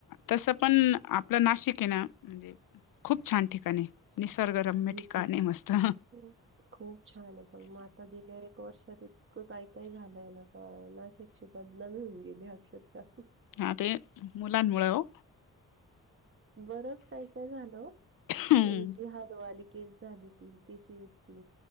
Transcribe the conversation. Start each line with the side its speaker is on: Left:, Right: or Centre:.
Left: तस पण आपलं नाशिक आहे ना म्हणजे खूप छान ठिकाण आहे निसर्गरम्य
Right: हम्म.
Left: ठिकाणय मस्त
Right: हम्म. खूप छान आहे पण म आता गेल्या एक वर्ष इतकं काय काय झालंय ना का नाशिकची बदनामी होऊन गेली अक्षरशः
Left: हां ते मुलांमुळं ओ
Right: बरच काय काय झालं ओ
Left: हम्म
Right: ते जिहाद वाली केस झाली ती टीसीएस ची